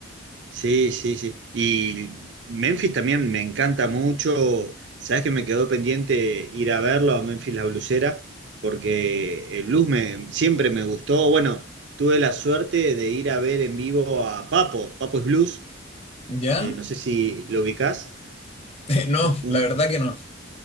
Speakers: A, on the right; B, on the left.
A: Sí, sí, sí. Y Memphis también me encanta mucho. Sabes que me quedó pendiente ir a verlo a Memphis la Blusera, porque el blues me, siempre me gustó. Bueno, tuve la suerte de ir a ver en vivo a Papo. Papo es blues.
B: ¿Ya?
A: eh, no sé si lo ubicás.
B: <laughs> No,
A: Un,
B: la verdad que no.